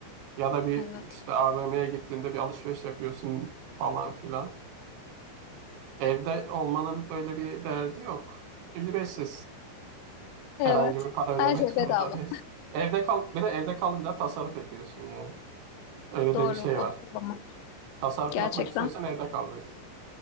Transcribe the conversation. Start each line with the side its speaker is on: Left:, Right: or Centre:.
Right: Ya da bir
Left: Evet.
Right: işte AVM'ye gittiğinde bir alışveriş yapıyorsun falan filan. Evde olmanın böyle bir derdi yok. Ücretsiz.
Left: Evet.
Right: Herhangi bir para
Left: Her
Right: ödemek
Left: şey
Right: <laughs> zorunda
Left: bedava.
Right: değilsin. Evde kal bir de evde kalınca tasarruf ediyorsun yani. Öyle
Left: Doğru.
Right: de bir şey
Left: O
Right: var.
Left: doğru ama.
Right: Tasarruf
Left: Gerçekten.
Right: yapmak istiyorsan evde kalacaksın.